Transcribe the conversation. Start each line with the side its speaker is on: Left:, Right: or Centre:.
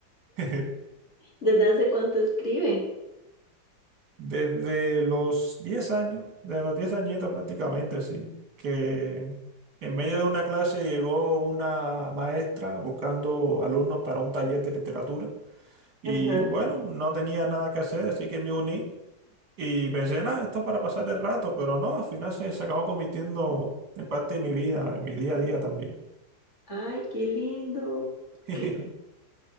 Right: <laughs>
Left: ¿Desde hace cuánto escribe?
Right: Desde los 10 años, desde los 10 añitos prácticamente, sí, que en medio de una clase llegó una maestra buscando alumnos para un taller de literatura. Y
Left: Ajá.
Right: bueno, no tenía nada que hacer, así que me uní y pensé, nada, esto es para pasar el rato, pero no, al final se, se acabó convirtiendo en parte de mi vida, en mi día a día también.
Left: Ay, qué lindo.
Right: <laughs>
Left: Qué-